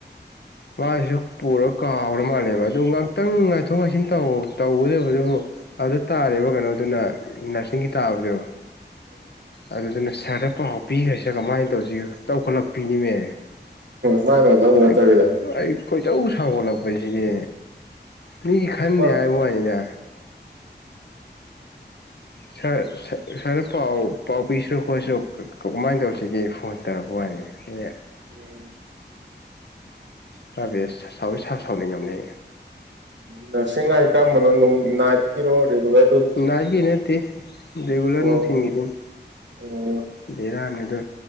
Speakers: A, on the left; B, on the right.
A: ꯃꯥꯁꯨ ꯄꯨꯔ ꯀꯥꯎꯔ ꯃꯥꯜꯂꯦꯕ ꯑꯗꯨ ꯈꯤꯇꯪ ꯉꯥꯏꯊꯣꯛ ꯉꯥꯏꯁꯤꯟ ꯇꯨ ꯇꯧꯒꯗꯕꯗꯨꯕꯨ ꯑꯗꯨ ꯇꯥꯔꯦꯕ ꯀꯩꯅꯣꯗꯨꯅ ꯅꯔꯁꯤꯡꯒꯤ ꯇꯥꯕꯗꯨ ꯑꯗꯨꯗꯨꯅ ꯁꯥꯔꯗ ꯄꯥꯎ ꯄꯤꯈ꯭ꯔꯁꯦ ꯀꯃꯥꯏꯅ ꯇꯧꯁꯤ ꯇꯧꯈꯠꯂꯛꯄꯤꯅꯤꯃꯦ
B: ꯃꯥꯏ ꯃꯊꯧ ꯅꯠꯇꯕꯤꯗ
A: ꯑꯩ ꯑꯩ ꯈꯣꯏꯗꯧ ꯁꯒꯠꯂꯛꯄꯁꯤꯗꯤ ꯃꯤꯒꯤ ꯈꯟꯗꯦ
B: ꯑꯃ
A: ꯍꯥꯏꯕ ꯋꯥꯅꯤꯗ ꯁꯥꯔ ꯁꯥꯔꯗ ꯄꯥꯎ ꯄꯥꯎ ꯄꯤꯁꯤꯔꯣ ꯈꯣꯠꯁꯤꯔꯣ ꯀꯃꯥꯏꯅ ꯇꯧꯔꯤꯁꯤꯒꯦ ꯐꯣꯟ ꯇꯧꯔꯛꯄ ꯑ ꯑꯩꯅ
B: ꯎꯝ
A: ꯀꯕꯤ ꯁꯥꯎꯗꯤ ꯁꯥ ꯁꯥꯎꯅꯤꯡ ꯉꯝꯅꯦ
B: ꯅꯔꯁꯤꯡ ꯍꯥꯏꯗꯤ ꯀꯔꯝꯕꯅꯣ ꯅꯣ ꯅꯥꯏꯠꯀꯤꯔꯣ ꯔꯦꯒꯨꯂꯔ
A: ꯅꯥꯒꯤ ꯅꯠꯇꯦ ꯔꯦꯒꯨꯂꯔ
B: ꯑꯣ
A: ꯅꯨꯡꯊꯤꯟꯒꯤꯗꯨꯅꯤ
B: ꯑꯣ
A: ꯕꯦꯔꯥꯅ ꯑꯗꯨ